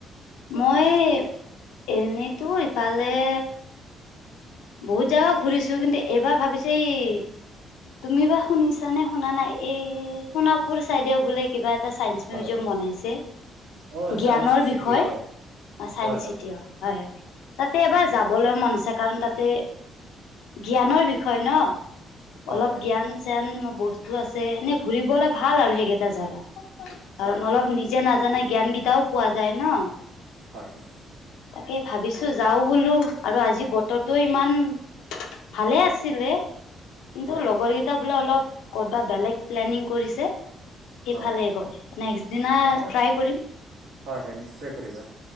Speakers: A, on the left (about 85°); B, on the right (about 80°).
A: মই এনেইতো ইফালে- বহুত জাগা ঘূৰিছোঁ কিন্তু এইবাৰ ভাবিছো এই তুমি বা শুনিছা নে শুনা নাই, এই সোণাপুৰ চাইদে বোলে কিবা। এটা চাইন্স মিউজিয়াম
B: হয় হয়
A: বনাইছে।
B: অ
A: জ্ঞানৰ
B: চাইন্স চিটি
A: বিষয়
B: হয়
A: চাইন্স
B: হয় হয়
A: চিটীয়ো। হয় হয়। তাতে এবাৰ যাবলৈ মন আছে, কাৰণ তাতে- তাতে জ্ঞানৰ বিষয় ন।
B: হয়
A: অলপ
B: হয়
A: জ্ঞান- ন বস্তু আছে, এনে ঘুৰিবলে ভাল আৰু সেইকেইটা জেগা, কাৰণ
B: হয়
A: অলপ নি যে নাজানা জ্ঞান কেইতাও পোৱা যায় ন।
B: হয় হয়।
A: তাকে ভাবিছোঁ যাওঁ বোলো। আৰু আজি বতৰ তটো ইমান, ভালে আছিলে কিন্তু
B: হয়
A: লগৰকেইটা- লগৰ বোৰে অলপ ক'তবা বেলেগ প্লেনিঙ কৰিছে, সেইফালে
B: হয়
A: গ'লে। দিনা
B: অ
A: ট্ৰাই কৰিম।
B: হয় হয়, নিশ্চয় কৰিবা।